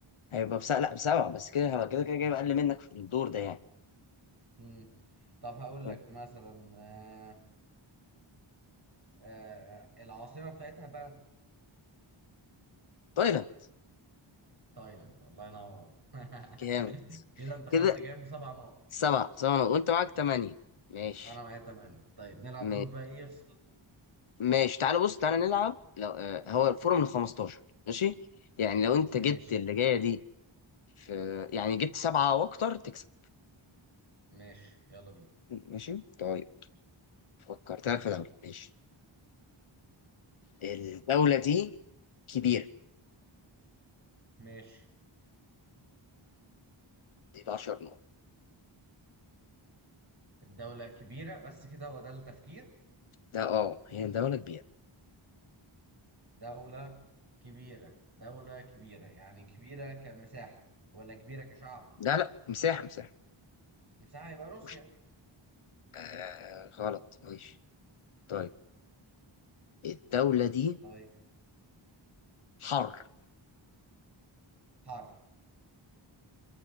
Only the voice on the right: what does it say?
مم. طب هقول
لك مثلا آه، آه العاصمة بتاعتها بانكوك
تايلاند الله ينور <laughs>
كده انت خدت
كام سبع نقط
انا معايا تمانية طيب نلعب
دور بقى ايه يفصل
ماشي
ماشي يلا بينا
ماشي
الدولة كبيرة بس كده هو ده التفكير
دولة كبيرة دولة كبيرة يعني كبيرة كمساحة ولا كبيرة كشعب
المساحة يبقى روسيا
طيب
حر